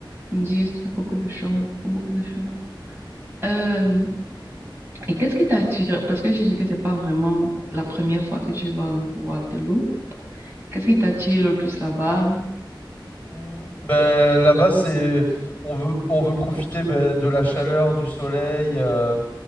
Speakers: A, on the right (about 25°); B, on the left (about 20°).
A: Je me dis, ça a beaucoup de chance, beaucoup, beaucoup de chance. Euh, et qu'est-ce qui t'a attiré? Parce que je dis que c'est pas vraiment la première fois que tu vas en Guadeloupe. Qu'est-ce qui t'attire le plus là-bas?
B: Mm, ben, là-bas, c'est on veut on veut profiter ben, de la chaleur, du soleil euh,